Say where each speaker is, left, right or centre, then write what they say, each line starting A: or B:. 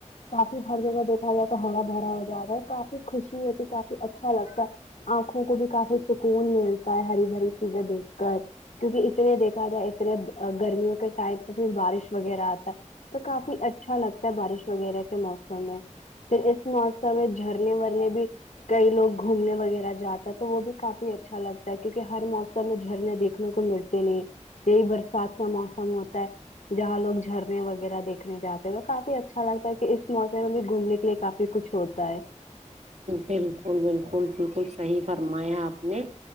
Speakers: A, on the left; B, on the right.
A: کافی ہر جگہ دیکھا جائے تو ہرا بھرا ہو جاتا ہے کافی خوشی ہوتی ہے کافی اچ اچھا لگتا آنکھوں کو بھی کافی سکون ملتا ہے ہری بری چیزیں دیکھ کر کیونکہ اتنے دیکھا جائے اتنے گرمیوں کے ٹائم پے بھی بارش وغیرہ آتا ہے تو کافی اچھا لگتا ہے بارش وغیرہ کے موسم میں پھر اس موسم میں جھرنے ورنے بھی کئی لوگ گھومنے وغیرہ جاتا ہے تو وہ بھی کافی اچھا لگتا ہے کیونکہ ہر موسم میں جھرنے دیک نے کو ملتے نہیں یہی برسات کا موسم ہوتا ہے جہاں لوگ جھرنے وغیرہ دیکھنے جاتے ہیں تو کافی اچھا لگتا ہے کہ اس موسم میں بھی گھومنے کے لیے کافی کچھ ہوتا ہے
B: بالکل بالکل بالکل صحیح فرمایا آپ نے